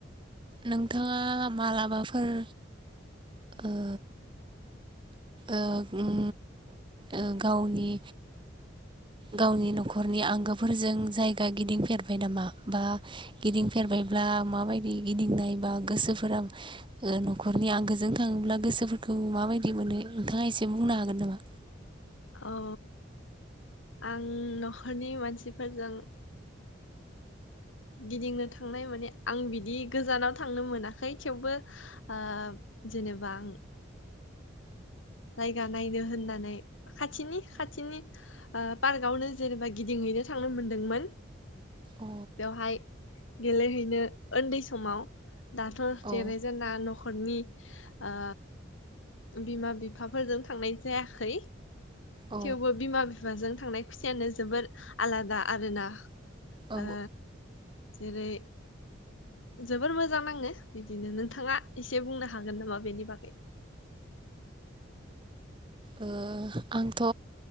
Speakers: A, on the right; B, on the left.
A: नोंथाङा मालाबाफोर ओ ओ उम ओ गावनि गावनि न'खरनि आंगोफोरजों जायगा गिदिंफेरबाय नामा बा गिदिंफेरबायब्ला माबायदि गिदिंनाय बा गोसोफोरा ओ न'खरनि आंगोजों थाङोब्ला गोसोफोरखौ माबायदि मोनो नोंथाङा एसे बुंनो हागोन नामा
B: औ आं न'खरनि मानसिफोरजों गिदिंनो थांनाय माने आं बिदि गोजानाव थांनो मोनाखै थेवबो आ जेनेबा आं जायगा नायनो होननानै खाथिनि खाथिनि ओ पार्कआवनो जेनेबा गिदिंहैनो थांनो मोनदोंमोन
A: अ
B: बेवहाय गेलेहैनो उन्दै समाव दाथ'
A: अ
B: देरनायजों ना न ख'रनि ओ बिमा बि फाफोरजों थांनाय जायाखै
A: अ
B: थेवबो बिमा बिफाजों थांनाय खुसियानो जोबोर आलादा आरोना
A: औ
B: ओ जेरै जोबोर मोजां नाङो बिदिनो नोंथाङा एसे बुंनो हागोन नामा बेनि बागै
A: ओ आंथ'